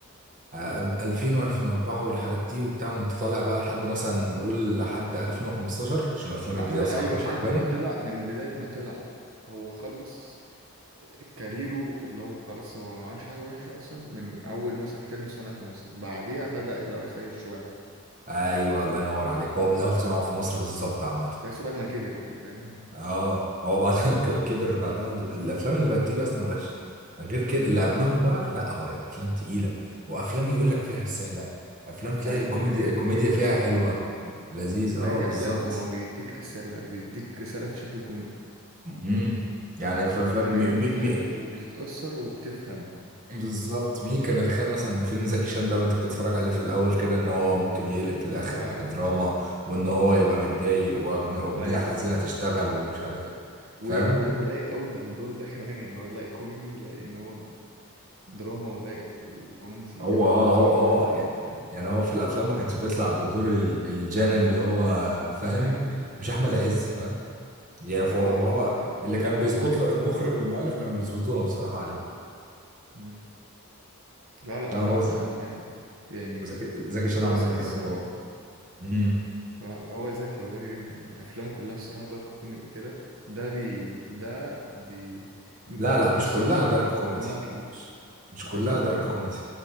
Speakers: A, on the right; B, on the right.
A: آه، 2000 و2004 والحاجات دي وبتاع وانت طالع بقى لحد مثلا قول لحد 2015 عشان الافلام
B: عمل
A: الجديده بصراحه
B: ايوه
A: مش
B: شايف
A: عجباني
B: ان هو طلع من بدايه ما طلع هو خلص كاريره اللي هو خلاص هو ما عملش حاجه وحشه اصلا من اول مثلا فيلم صنع في مصر بعديها بدا اللي هو يخيش شويه
A: ايوه الله ينور عليك هو من اول صناعه في مصر بالظبط عامه
B: تحسه بعد ما كبر يعني فاهم
A: اه هو بعدها <laughs> ك- كبر بعدها ال- الافلام اللي بقت تيجي اصلا وحشه غير
B: <laughs>
A: كده
B: امم
A: اللي قبلهم بقى لا هو افلام تقيله وافلام يقول لك فيها رساله افلام تلاقي
B: ايوه
A: الكوميدي
B: ما هي
A: الكوميديا
B: هي دي
A: فيها
B: اصلا
A: حلوه
B: افلام فيلم
A: لذيذ اه
B: ما هي دي
A: بالظبط
B: افلام وهو بيديك رساله بيديك رساله في شكل كوميدي
A: امم يعني ف- فاهم
B: انت بتضحك
A: مي... مي... مي...
B: وبتتاثر وبتفهم
A: بالظبط مين كان يتخيل مثلا ان فيلم زكي شان ده وانت بتتفرج عليه في الاول كده ان هو ممكن يقلب في الاخر
B: اه
A: بدراما وان هو يبقى متضايق واغنيه أغنية
B: ايوه
A: حزينه
B: ايوه, أيوة.
A: تشتغل ومش عارف ايه
B: و-
A: فاهم
B: و- ولايق قوي في الدور ده <laughs> كمان يعني هو لايق كوميدي ولايق ان هو دراما ولا الرومانسي
A: هو
B: هو
A: اه
B: بصراحة
A: هو هو
B: لا
A: ي-
B: يعني
A: يعني هو في الافلام ما كانش بيطلع بدور ال- الجان اللي هو فاهم
B: أيوه أيوه يعني
A: مش احمد عز فاهم يعني
B: يعني
A: فهو,
B: هو
A: فهو
B: بصراحة أفلامه
A: اللي كان بيظبط
B: بتعدي
A: له المخرج والمؤلف كانوا بيظبطوها بصراحه عليه
B: مم. لا لا
A: لا
B: أفلامه
A: هو
B: بتعدي
A: ذكي
B: جامد يعني
A: زكي زكي شان عامه
B: هو ذكي
A: انا بحبه
B: الصراحة
A: أوي. امم
B: آه، هو ذكي هو ذكي جدا يعني أفلامه كلها الصراحة دارك كوميدي كده ده بي ده بي
A: لا
B: ع-
A: لا مش
B: تحسه
A: كلها
B: أصلا
A: دارك
B: عمل
A: كوميدي
B: نوع جديد
A: مش, مش
B: معظمها
A: كلها دارك
B: يعني
A: كوميدي